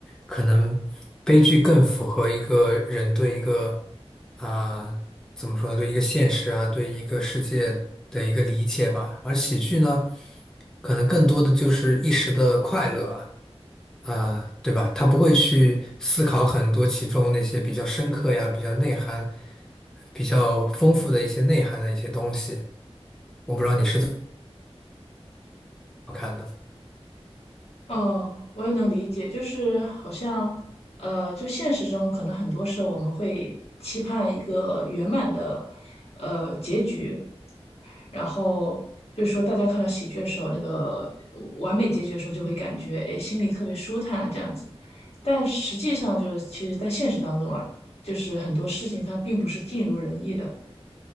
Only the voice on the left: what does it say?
哦，我也能理解，就是好像，呃，就现实中可能很多时候我们会期盼一个圆满的，呃，结局，然后就是说大家看到喜剧的时候，那个完美结局的时候，就会感觉哎心里特别舒坦这样子，但实际上就是其实在现实当中啊，就是很多事情它并不是尽如人意的，